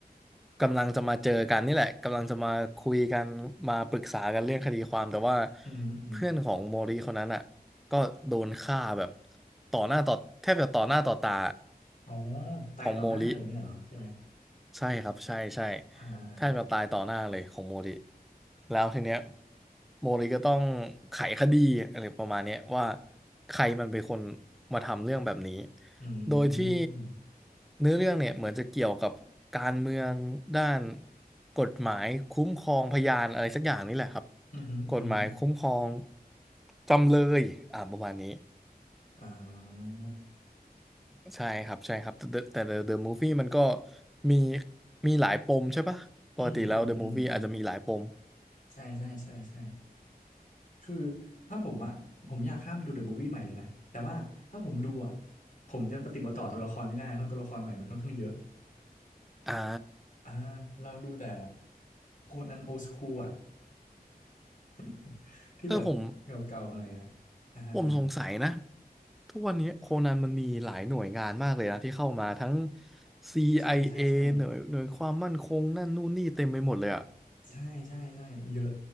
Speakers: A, in the centre; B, on the left.
A: กำลังจะมาเจอกันนี่แหละกำลังจะมาคุยกันมาปรึกษากันเรื่องคดีความแต่ว่า
B: อืมอืม
A: เพื่อนของโมริคนนั้นอ่ะก็โดนฆ่าแบบต่อหน้าต่อแทบจะต่อหน้าต่อตา
B: อ๋อตายต่อหน้าเลยเนี่ยเหรอใช่ไหม
A: ของโมริ ใช่ครับใช่ใช่
B: อ่า
A: แทบจะตายต่อหน้าเลยของโมริแล้วทีเนี้ยโมริก็ต้องไขคดีอะไรประมาณเนี้ยว่าใครมันเป็นคนมาทำเรื่องแบบนี้
B: อืม
A: โดยที่เนื้อเรื่องเนี่ยเหมือนจะเกี่ยวกับการเมืองด้านกฎหมายคุ้มครองพยานอะไรสักอย่างนี่แหละครับ
B: อืมอืมอม
A: กฎหมายคุ้มครองจำเลยอ่าประมาณนี้
B: อ่า
A: ใช่ครับใช่ครับแต่ The- แต่ The The Movie มันก็มีมีหลายปมใช่ปะปกติแล้ว
B: อืมอืมอืมอืม
A: The Movie อาจจะมีหลายปม
B: ใช่ใช่ใช่ใช่ คือถ้าผมอะผมอยากข้ามไปดูเดอะบู i วี่ใหม่เลยนะแต่ว่าถ้าผมดูอะผมจะปฏิบัติต่อตัวละครไม่ได้เพราะตัวละครใหม่มันค่อนข้างเยอะ
A: อ่า
B: อ่าเราดูแต่โคนันโอสคูลอะ <laughs> ที่แบบเก่าๆหน่อยอะ
A: เออผม
B: อ่าฮะอ่าฮะ
A: ผมสงสัยนะทุกวันนี้โคนันมันมีหลายหน่วยงานมากเลยนะที่เข้ามาทั้ง CIA
B: ใช่ใช่ใช่
A: หน่วยหน่วยความมั่นคงนั่นนู่นนี่เต็มไปหมดเลยอะ
B: ใช่ใช่ใช่เยอะ